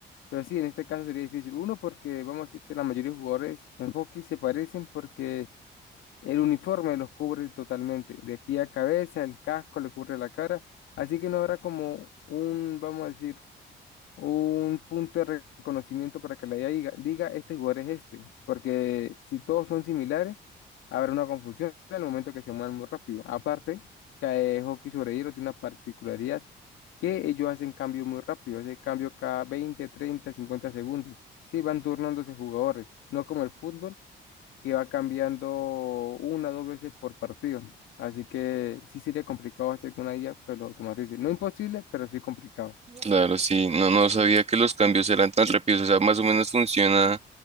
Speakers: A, on the left; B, on the right.
A: pero sí, en este caso sería difícil. Uno, porque vamos a decir que la mayoría de jugadores en hockey se parecen porque el uniforme los cubre totalmente, de pie a cabeza, el casco le cubre la cara, así que no habrá como un, vamos a decir, un punto de re- reconocimiento para que la IA diga, diga, este jugador es este, porque si todos son similares, habrá una confusión al momento que se muevan muy rápido. Aparte, cae hockey sobre hielo tiene una particularidad que ellos hacen cambios muy rápido, hacen cambio cada 20 30 50 segundos. Sí, van turnándose jugadores, no como el fútbol, que va cambiando una o dos veces por partido. Así que sí sería complicado hacer que una IA pues lo automatice. No imposible, pero sí complicado.
B: Claro, sí, no, no sabía que los cambios eran tan rápidos. O sea, más o menos funciona